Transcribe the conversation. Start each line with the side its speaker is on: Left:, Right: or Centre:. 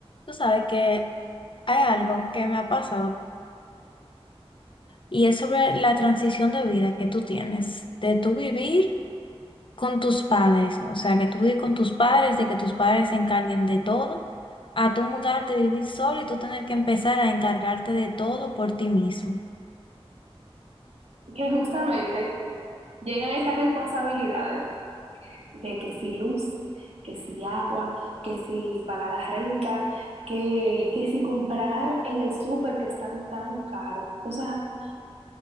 Left: Tú sabes que hay algo que me ha pasado y es sobre la transición de vida que tú tienes, de tú vivir con tus padres, o sea, que tú vives con tus padres, de que tus padres se encarguen de todo, a tú mudarte, vivir solo y tú tener que empezar a encargarte de todo por ti mismo.
Right: que justamente llegan estas responsabilidades de que si luz, que si agua, que si pagar la renta, que, que si comprar en el súper que están tan caros. O sea,